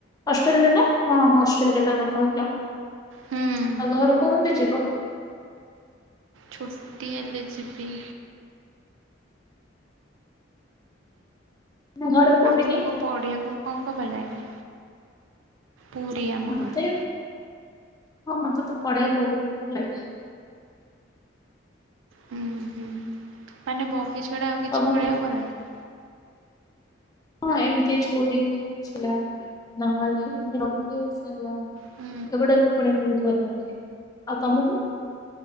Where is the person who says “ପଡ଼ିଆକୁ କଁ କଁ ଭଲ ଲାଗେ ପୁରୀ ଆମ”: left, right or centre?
Right